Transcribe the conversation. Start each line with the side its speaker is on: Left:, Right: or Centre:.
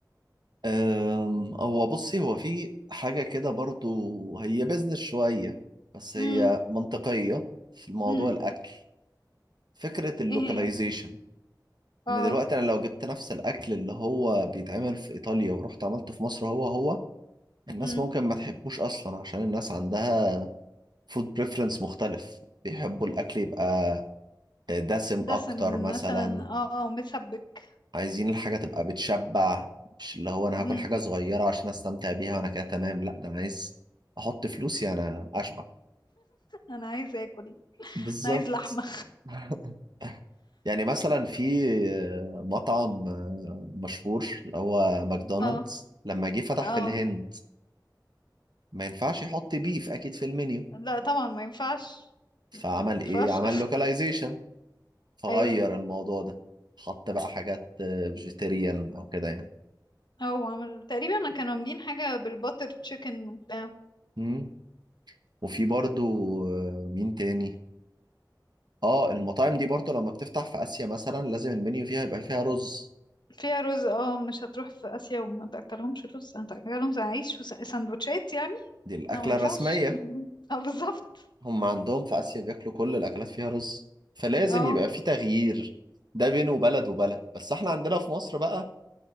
Right: أم، هو بصي هو في حاجة كده برضو هي بيزنس شوية بس هي
Left: امم
Right: منطقية في موضوع
Left: امم
Right: الأكل فكرة اللوكاليزيشن
Left: ايه هي اه
Right: إن دلوقتي أنا لو جبت نفس الأكل اللي هو بيتعمل في إيطاليا ورحت عملته في مصر هو هو الناس
Left: امم
Right: ممكن ما تحبوش أصلا عشان الناس عندها فود بريفرنس مختلف بيحبوا الأكل يبقى دسم
Left: دسم
Right: أكتر مثلا
Left: مثلا اه متسبك
Right: عايزين الحاجة تبقى بتشبع مش اللي هو أنا
Left: امم
Right: هاكل حاجة صغيرة عشان أستمتع بيها وأنا كده تمام لا ده أنا عايز أحط فلوسي أنا أشبع
Left: انا عايز اكل
Right: بالظبط
Left: انا عايز لحمة
Right: <laughs> يعني مثلا في مطعم مشهور اللي هو ماكدونالدز
Left: <laughs> اه
Right: لما جه فتح
Left: اه
Right: في الهند ما ينفعش يحط بيف أكيد في المنيو
Left: لا طبعا ما ينفعش
Right: فعمل
Left: ما ينفعش
Right: إيه؟ عمل لوكاليزيشن فغير
Left: <laughs> ايوه
Right: الموضوع ده حط بقى حاجات فيجيتيريان أو كده يعني
Left: هو عمل تقريبا كانوا عاملين حاجة بالباتر تشيكن وبتاع
Right: مم. وفي برضو آه، مين تاني اه المطاعم دي برضو لما بتفتح في آسيا مثلا لازم المنيو فيها يبقى فيها رز
Left: فيها رز اه مش هتروح في اسيا وما تاكلهمش رز هتاكلهم عيش وساندوتشات يعني
Right: دي الأكلة
Left: لا ما ينفعش
Right: الرسمية
Left: <laughs> اه بالظبط
Right: هم عندهم في آسيا بياكلوا كل الأكلات فيها رز فلازم
Left: اه
Right: يبقى في تغيير ده بينه وبلد وبلد بس احنا عندنا في مصر بقى